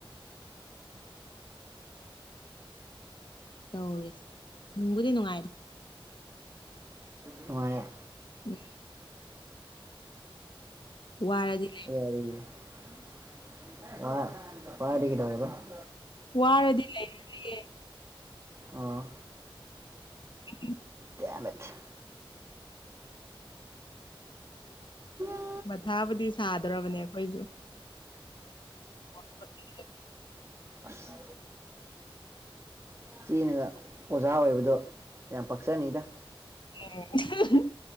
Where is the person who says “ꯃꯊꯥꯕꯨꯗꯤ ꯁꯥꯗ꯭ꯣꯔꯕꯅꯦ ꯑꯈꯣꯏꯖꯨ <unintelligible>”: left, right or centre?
Left